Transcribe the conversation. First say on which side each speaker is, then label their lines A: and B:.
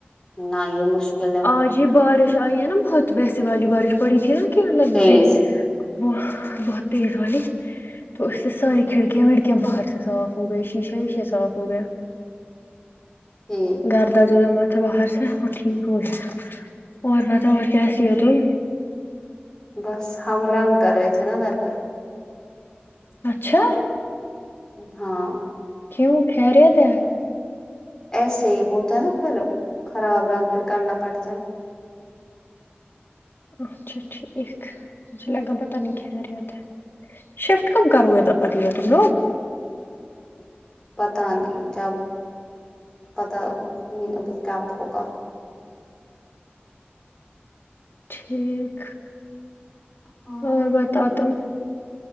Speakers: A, on the left; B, on the left.
A: نہیں یے مشکل ہے
B: آج ہی بارش آئی ہے نا بہت ویسے والی بارش پڑی تھی الگ
A: تیز
B: وہ بہت تیز والی تو اس سے ساری کھڑکیاں وڑکیاں باہر سے صاف ہو گئی شیشا ویشا صاف ہو گیا
A: ٹھیک
B: گھرد
A: ٹھیک
B: <unintelligible> میں باہر سے وہ ٹھیک ہو گیا اور بتا اور کیسی ہو تم
A: بس ہم رنگ کر رہے تھے نا گھر پے
B: اچھا
A: ہاں
B: کیوں خیریت ہے
A: ایسے ہی ہوتا ہے نا پھر خراب رنگ پھر کرنا پڑتا ہے
B: اچھا ٹھیک مجھے لگا پتہ نہیں خیریت ہے شفٹ کب کرو گے تو ادیبہ تم لوگ
A: پتہ نہیں جب پتہ نہیں ابھی کب ہوگا
B: ٹھیک
A: ہاں
B: اور بتاؤ تم